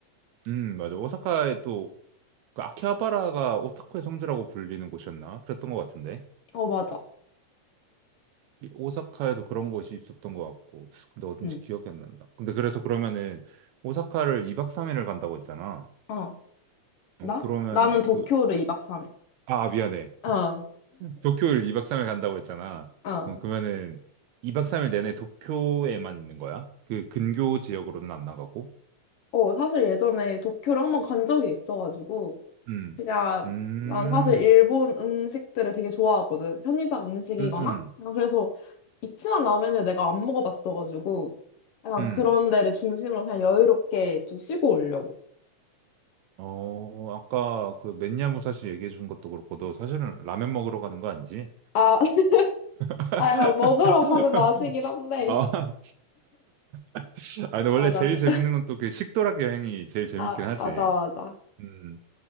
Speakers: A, on the right; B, on the left.
A: 음, 맞아. 오사카에 또, 그 아키하바라가 오타쿠의 성지라고 불리는 곳이었나? 그랬던 것 같은데.
B: 어, 맞아.
A: 이 오사카에도 그런 곳이 있었던 것 같고, 근데 어딘지
B: 응.
A: 기억이 안 난다. 근데 그래서 그러면은, 오사카를 2박 3일을 간다고 했잖아.
B: 어.
A: 어,
B: 나?
A: 그러면
B: 나는 도쿄를
A: 그,
B: 2박 3일.
A: 아, 아, 미안해.
B: 어,
A: 도쿄를 2박 3일 간다고 했잖아.
B: 어.
A: 어, 그러면은, 2박 3일 내내 도쿄에만 있는 거야? 그 근교 지역으로는 안 나가고?
B: 어, 사실 예전에 도쿄를 한번 간 적이 있어가지고,
A: 음,
B: 그냥
A: 음,
B: 난 사실 일본 음식들을 되게 좋아하거든. 편의점 음식이거나.
A: 음, 음,
B: 아, 그래서 이치란 라면을 내가 안 먹어봤어가지고 약간
A: 음.
B: 그런 데를 중심으로 그냥 여유롭게 좀 쉬고 오려고.
A: 어, 아까 그 맨야 무사시 얘기해 준 것도 그렇고, 너 사실은 라면 먹으러 가는 거 아니지?
B: 아, <laughs>
A: <laughs>
B: 아 약간 먹으러 가는 맛이긴 한데.
A: 아, <laughs> 아, 근데 원래
B: 맞아.
A: 제일 재밌는 건 또 그 식도락 여행이 제일 재밌긴
B: 아,
A: 하지.
B: 맞아, 맞아.
A: 음.